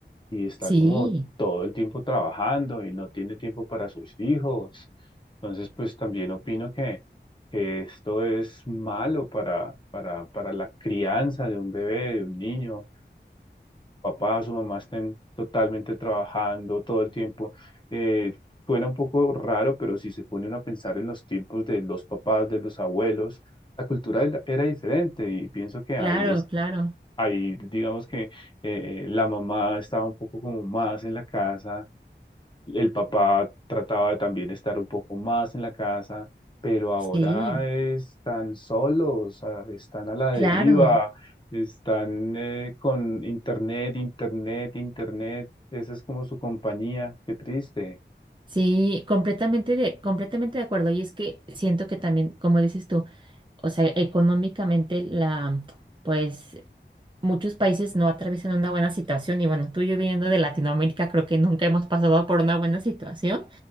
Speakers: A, on the left; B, on the right.
A: y está
B: Sí,
A: como todo el tiempo trabajando y no tiene tiempo para sus hijos. Entonces, pues también opino que, que esto es malo para, para, para la crianza de un bebé, de un niño papá, su mamá estén totalmente trabajando todo el tiempo. Eh, suena un poco raro, pero si se pone uno a pensar en los tiempos de los papás, de los abuelos, la cultura era era diferente y pienso que
B: claro,
A: ahí es,
B: claro.
A: ahí digamos que eh, eh, la mamá estaba un poco como más en la casa el papá trataba de también estar un poco más en la casa, pero ahora
B: Sí,
A: están solos, ah, están a la
B: claro.
A: deriva, están eh, con internet, internet, internet. Esa es como su compañía. Qué triste.
B: Sí, completamente de, completamente de acuerdo. Y es que siento que también, como dices tú, o sea, económicamente la, pues muchos países no atraviesan una buena situación y bueno, tú y yo viniendo de Latinoamérica creo que nunca hemos pasado por una buena situación